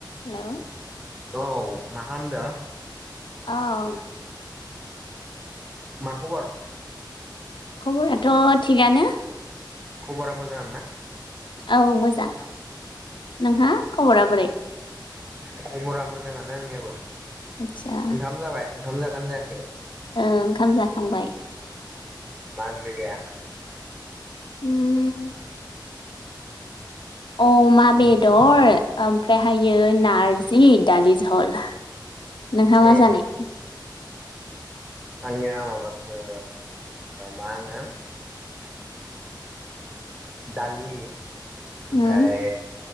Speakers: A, on the left; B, on the right.
A: hello
B: औ मा होनदों
A: औ
B: मा खबर
A: खबराथ' थिगानो
B: खबरा मोजां ना
A: औ मोजां नोंहा खबरा बोरै
B: खबरा मोजाङानो आंनियाबो
A: आतसा
B: ओंखाम जाबाय ओंखाम जागोनना जायाखै
A: ओंखाम जाखांबाय
B: मा ओंख्रि जाया
A: उम अमा बेदर ओमफ्रायहायो नारजि दालि जहल नोंहा
B: ए
A: मा जानाय
B: आंनिया माबासो माहोनो दालि ओमफ्राय
A: उम